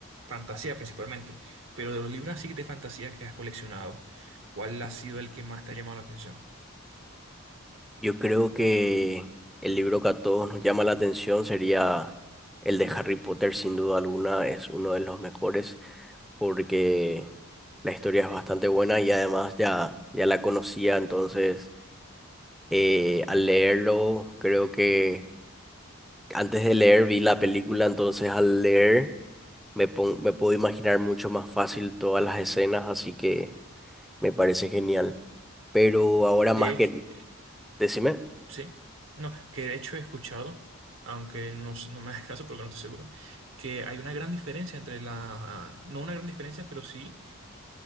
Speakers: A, on the right (about 60°); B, in the centre.
A: fantasía principalmente, pero de los libros así de fantasía que has coleccionado, ¿cuál ha sido el que más te ha llamado la atención?
B: Yo creo que el libro que a todos nos llama la atención sería el de Harry Potter, sin duda alguna, es uno de los mejores porque la historia es bastante buena y además ya, ya la conocía, entonces eh, al leerlo creo que antes de leer vi la película, entonces al leer... Me, pon- me puedo imaginar mucho más fácil todas las escenas, así que me parece genial. Pero ahora más
A: De hecho,
B: que...
A: eh,
B: Decime.
A: sí, no, que de hecho he escuchado, aunque no, s- no me hagas caso porque no estoy seguro, que hay una gran diferencia entre la, no una gran diferencia, pero sí